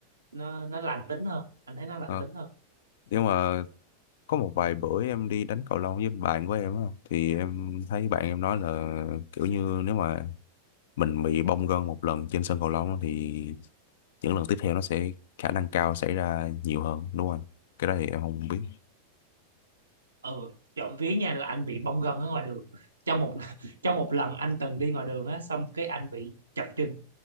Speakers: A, on the right; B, on the left.
A: nó nó lành tính hơn anh thấy nó lành
B: ờ.
A: tính hơn
B: nhưng mà có một vài bữa em đi đánh cầu lông với bạn của em á thì em thấy bạn em nói là kiểu như nếu mà mình bị bong gân một lần trên sân cầu lông á, thì những lần tiếp theo nó sẽ khả năng cao xảy ra nhiều hơn đúng không anh? cái đó thì em không biết
A: ừ trộm vía nha là anh bị bong gân ở ngoài đường trong một <laughs> trong một lần anh từng đi ngoài đường á xong cái anh bị chật chân